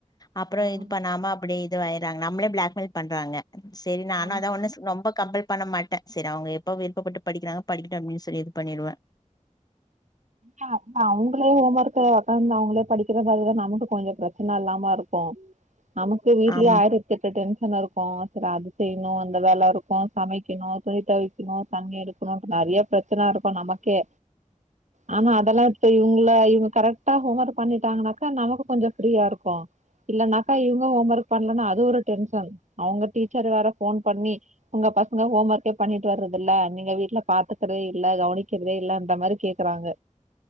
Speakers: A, on the left; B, on the right.
A: அப்புறம்
B: ஆமா
A: இது பண்ணாம அப்படியே <unintelligible> றாங்க நமளே பிளாக்மெயில் பண்றாங்க சரி நானும்
B: ஆமா
A: அதான் ஒண்ணு சொல் ரொம்ப கம்பல் பண்ண மாட்டேன் சரி அவங்க எப் எப்ப விருப்பப்பட்டு படிக்கிறாங்க படிக்கட்டும் அப்படின்னு சொல்லி இது பண்ணிடுவேன்
B: இல இல்ல அவங்களே ஹோம் ஒர்க்க உடக்கந்து அவங்களே படிக்கிற மாரிதான் நமக்கு கொஞ்சம் பிரச்சன இல்லாம இருக்கும் நமக்கு வீட்லயே
A: ஆம்
B: ஆயிரத்தேட்டு டென்ஷன் இருக்கும் <unintelligible> அது செய்ணு அந்த வேல இருக் <unintelligible> சமைக்கணு துணி தொவைக் க்கணு தண்ணி எடுக்கணு நறைய பிரச்சன இருக்கு நமக்கே ஆனா அதெல்லா இப்ப இவங்கலா இவங்க கரெக்ட்டா ஹோம் ஒர்க் பண்ணிட்டாங்கனாக்கா நமக்கு கொஞ்சோ ஃப்ரீயாருக்கு இல்லனாக்கா இவங்க ஹோம் ஒர்க் பண்ணலனா அது ஒரு டென்ஷன் அவுங்க டீச்சரு வேற ஃபோன் பண்ணி உங்க பசங்க ஹோம் ஒர்க்கே பண்ணிட்டு வரதில்ல நீங்க வீட்ல பாத்துக்கற்தே இல்ல கவனிக்கற்தே இல்ல அந்த மாரி கே க்கறாங்க